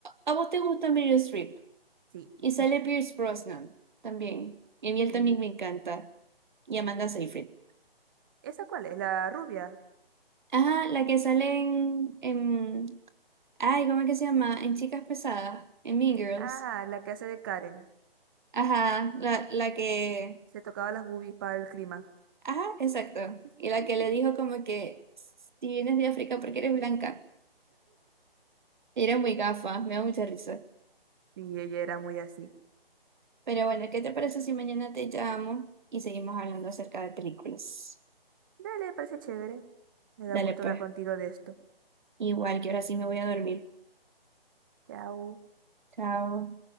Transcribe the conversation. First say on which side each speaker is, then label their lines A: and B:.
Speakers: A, on the right; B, on the right.
A: ¿a vos te gusta Meryl Streep?
B: Sí.
A: Y sale
B: <laughs>
A: Pierce Brosnan también. Y a mí él
B: Y-
A: también me encanta. Y Amanda Seyfried.
B: ¿Esa cuál es? ¿La rubia?
A: Ajá, la que sale en, en- Ay, ¿cómo es que se llama? En Chicas Pesadas, en Mean Girls.
B: Ah, la que hace de Karen.
A: Ajá, la, la que...
B: Se tocaba las boobies para el clima.
A: Ajá, exacto.
B: <laughs>
A: Y la que le dijo como que si vienes de África porque eres blanca. Y era muy gafa, me da mucha risa.
B: Y ella era muy así.
A: Pero bueno, ¿qué te parece si mañana te llamo y seguimos hablando acerca de películas?
B: Dale, parece chévere. Me
A: Dale
B: da gusto
A: pues.
B: hablar contigo de esto.
A: Igual que ahora sí me voy a dormir.
B: Chao.
A: Chao.